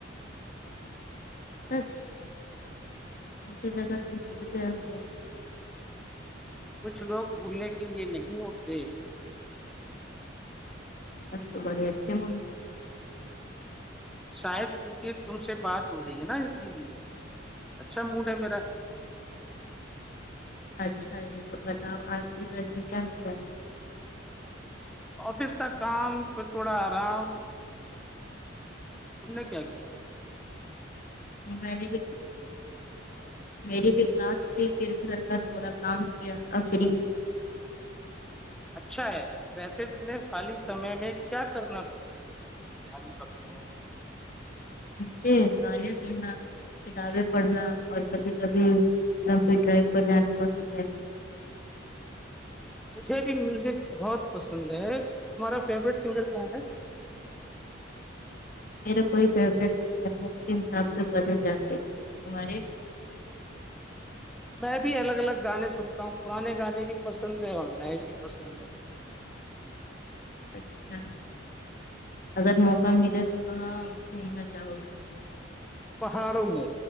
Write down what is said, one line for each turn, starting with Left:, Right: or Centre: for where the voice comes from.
Left: سچ مجھے لگا تم بھیل گیا ہوے
Centre: کچھ لوگ بھولنے کے لیے نہیں ہوتے
Left: آج تو بڑی جاے من
Centre: شاید کیونکہ تم سے بات ہو رہی ہے نا اسی لیے اچھا موڈ ہے میرا
Left: اچھا یہ بتاؤ آج کی دی کیا کیا
Centre: آفس کا کام پھر تھوڑا آرام تم نے کیا کیا
Left: میں نے بھی میری بھی کلاس تھی پھر گھر کا تھوڑا کام کیا فری
Centre: اچھا ہے ویسے تمہیں خالی سمے میں کیا کرنا پسند ہے خال وقت میں
Left: مجھے گانے سنا کتابیں پڑھنا اور کبھی کبھی لمبی ڈرائیو پر جانا پسند ہے
Centre: مجھے بھی میوزک بہت پسند ہے تمہارا فیوریٹ سنگر کون ہے
Left: میرا کوئی فیورٹ کے حساب سے بدل جاتے ہیں ہمارے
Centre: میں بھی الگ الگ گانے سنتا ہوں پرانے گانے بھی پسند ہے اور نئے بھی پسند ہے
Left: اچھا اگر موقع ملے تو کہاں گھومنا چاہو گے
Centre: پہاڑوں میں